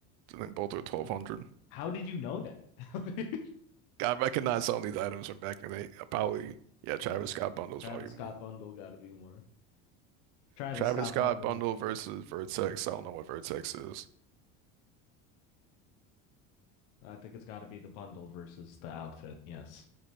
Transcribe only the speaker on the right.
I think both are 1200.
I recognize some of these items from back in the day. Uh, Probably, yeah, Travis
Scott bundles
probably
more.
Travis
Scott
bundle versus Vertex. I don't know what Vertex is.